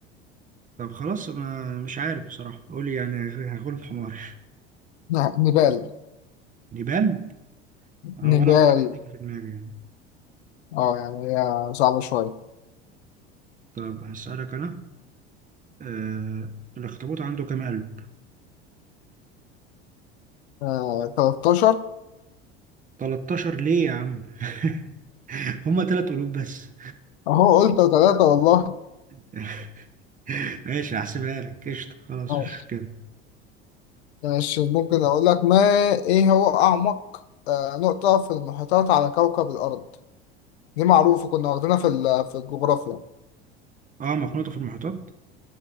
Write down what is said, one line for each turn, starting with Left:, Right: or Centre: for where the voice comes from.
Right: طب خلاص انا مش عارف بصراحة قولي يعني هاخد في حماري
Left: نعم، نيبال
Right: نيبال <laughs> آه،
Left: نيبال
Right: ولا عمرك هتيجي في دماغي يعني
Left: اه يعني هي صعبة شوية
Right: طب هسألك انا آه الأخطبوط عنده كام قلب؟
Left: آه 13
Right: 13 ليه يا عم؟ <laughs> هما تلات قلوب بس
Left: أهو قلت ثلاثة والله
Right: <laughs> ماشي هحسبها لك قشطة خلاص
Left: آه،
Right: مش كده
Left: ماشي ممكن أقول لك ما إيه هو أعمق آه، نقطة في المحيطات على كوكب الأرض دي معروفة كنا واخدينها في ال- في الجغرافيا
Right: اه مخنوطة في المحيطات